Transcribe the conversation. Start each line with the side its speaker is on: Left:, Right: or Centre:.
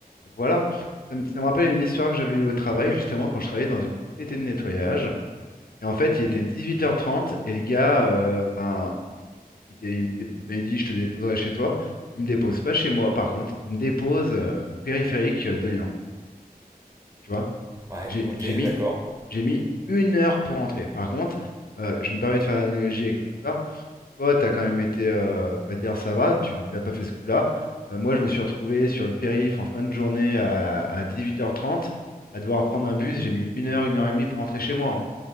Left: voilà. Ça, me ça me rappelle une histoire que j'avais eue au travail, justement, quand je travaillais dans une société de nettoyage. Et en fait, il était 18h30 et le gars, euh, ben, il, était- il me dé- m'avait dit, je te déposerai chez toi. Il me dépose pas chez moi, par contre, il me dépose euh, au périphérique euh, de Lyon. Tu vois,
Right: Ouais,
Left: j'ai
Right: ok,
Left: j'ai mis,
Right: d'accord.
Left: j'ai mis une heure pour rentrer. Par contre, euh, je me permets de faire l'analogie avec ton histoire. Toi, tu as quand même été, euh, on va dire, ça va, tu n'as pas fait ce coup-là. Euh, moi, je me suis retrouvé sur le périph' en fin de journée à, à 18h30 à devoir prendre un bus. J'ai mis une heure, une heure et demie pour rentrer chez moi. hein.